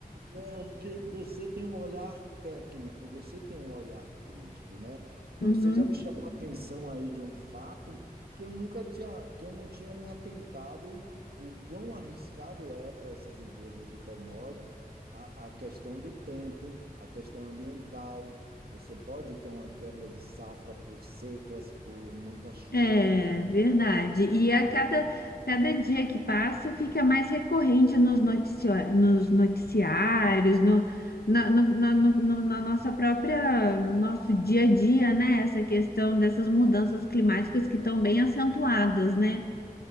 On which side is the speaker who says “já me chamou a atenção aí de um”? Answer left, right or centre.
Right